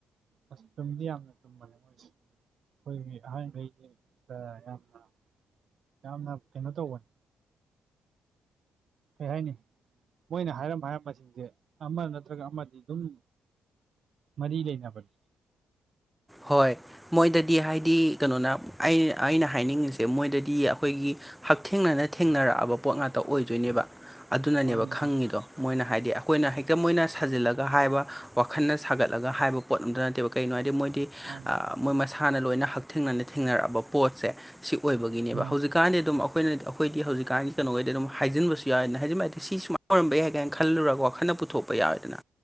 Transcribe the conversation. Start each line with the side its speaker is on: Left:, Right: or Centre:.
Right: ꯑꯁ ꯆꯨꯝꯗꯤ ꯌꯥꯝꯅ ꯆꯨꯝꯕꯅꯦ ꯃꯣꯏꯁꯦ ꯑꯩꯈꯣꯏꯒꯤ ꯑꯍꯥꯟꯈꯩꯁꯤ ꯌꯥꯝꯅ ꯌꯥꯝꯅ ꯀꯩꯅꯣ ꯇꯧꯕꯅꯤ ꯀꯩ ꯍꯥꯏꯅꯤ ꯃꯣꯏꯅ ꯍꯥꯏꯔꯝꯕ ꯍꯥꯏꯔꯝꯕꯁꯤꯡꯁꯦ ꯑꯃ ꯅꯠꯇ꯭ꯔꯒ ꯑꯃꯗꯤ ꯑꯗꯨꯝ ꯃꯔꯤ ꯂꯩꯅꯩ <unintelligible>
Centre: ꯍꯣꯏ ꯃꯣꯏꯗꯗꯤ ꯍꯥꯏꯗꯤ ꯀꯩꯅꯣꯅ ꯑꯩ ꯑꯩꯅ ꯍꯥꯏꯅꯤꯡꯉꯤꯁꯦ ꯃꯣꯏꯗꯗꯤ ꯑꯩꯈꯣꯏꯒꯤ ꯍꯛꯊꯦꯡꯅꯅ ꯊꯦꯡꯅꯔꯛꯑꯕ ꯄꯣꯠ ꯉꯥꯛꯇ ꯑꯣꯏꯗꯣꯏꯅꯦꯕ ꯑꯗꯨꯅꯅꯦꯕ
Right: ꯃꯥꯅꯤ
Centre: ꯈꯪꯉꯤꯗꯣ
Right: ꯃꯥꯅꯤ
Centre: ꯃꯣꯏꯅ ꯍꯥꯏꯗꯤ ꯑꯩꯈꯣꯏꯅ ꯍꯦꯛꯇ ꯃꯣꯏꯅ ꯁꯥꯖꯤꯜꯂꯒ ꯍꯥꯏꯕ ꯋꯥꯈꯜꯅ ꯁꯥꯒꯠꯂꯒ ꯍꯥꯏꯕ ꯄꯣꯠ ꯑꯝꯇ ꯅꯠꯇꯦꯕ ꯀꯔꯤꯅꯣ ꯍꯥꯏꯗꯤ ꯃꯣꯏꯗꯤ
Right: ꯃꯥꯅꯤ
Centre: ꯃꯣꯏ ꯃꯁꯥꯅ ꯂꯣꯏꯅ ꯍꯛꯊꯦꯡꯅꯅ ꯊꯦꯡꯅꯔꯛꯑꯕ ꯄꯣꯠꯁꯦ ꯁꯤ ꯑꯣꯏꯕꯒꯤꯅꯦꯕ
Right: ꯃꯥꯅꯤ
Centre: ꯍꯧꯖꯤꯛ ꯍꯧꯖꯤꯀꯥꯟꯗꯤ ꯑꯗꯨꯝ ꯑꯩꯈꯣꯏꯅ ꯑꯩꯈꯣꯏ ꯍꯧꯖꯤꯛꯀꯥꯟꯗꯤ ꯀꯩꯅꯣ ꯑꯣꯏꯗꯤ ꯑꯗꯨꯝ ꯍꯥꯏꯖꯤꯟꯕꯁꯨ ꯌꯥꯏꯅ ꯍꯥꯏꯖꯤꯟꯕ ꯍꯥꯏꯗꯤ ꯁꯤ ꯁꯨꯃꯥꯏꯅ ꯑꯣꯏꯔꯝꯕ ꯌꯥꯏ ꯀꯥꯏꯅ ꯈꯜꯂꯨꯔꯒ ꯋꯥꯈꯜꯅ ꯄꯨꯊꯣꯛꯄ ꯌꯥꯎꯋꯦꯗꯅ